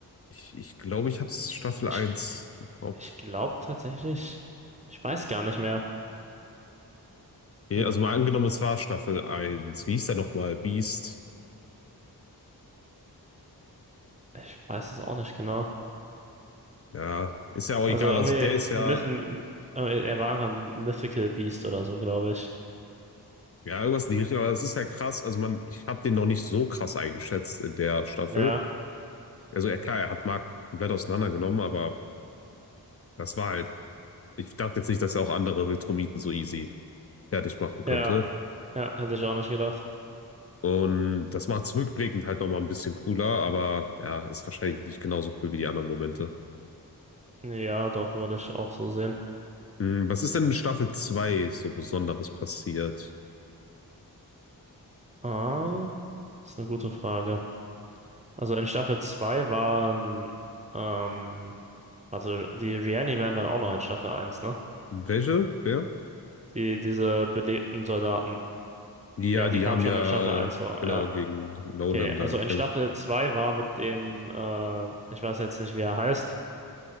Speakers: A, on the left; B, on the right.
A: Ich, ich glaube, ich hab's Staffel
B: Ich,
A: eins im Kopf.
B: ich glaube tatsächlich, ich weiß gar nicht mehr.
A: Nee,
B: Hm,
A: also mal angenommen, es war Staffel eins Wie hieß der nochmal? Beast.
B: ich weiß es auch nicht genau.
A: Ja, ist ja auch egal.
B: Also irgendwie,
A: Also der ist ja,
B: Myth, irgendwie, er war einfach ein Mythical Beast oder so, glaube ich.
A: ja, irgendwas in die Richtung, aber das ist halt krass. Also man, ich habe den noch nicht so krass eingeschätzt in der Staffel.
B: Ja,
A: Also ja, klar, er hat Mark komplett auseinandergenommen, aber das war halt, ich dachte jetzt nicht, dass er auch andere Viltrumiten so easy fertig machen könnte.
B: ja, ja, hätte ich auch nicht gedacht.
A: Und das macht es rückblickend halt nochmal ein bisschen cooler, aber ja, ist wahrscheinlich nicht genauso cool wie die anderen Momente.
B: Ja, doch, würde ich auch so sehen.
A: Hm, was ist denn in Staffel 2 so Besonderes passiert?
B: Ah, das ist eine gute Frage. Also in Staffel 2 waren, ähm, also die Reanimen waren auch noch in Staffel eins, ne?
A: Welche? Wer?
B: Die, diese belebten Soldaten.
A: Ja,
B: Ja,
A: die
B: die kamen
A: haben
B: schon
A: ja,
B: in Staffel eins
A: äh,
B: vor,
A: genau,
B: ja.
A: gegen Nolan
B: Okay, also
A: da gekämpft.
B: in Staffel 2 war mit dem, äh, ich weiß jetzt nicht, wie er heißt,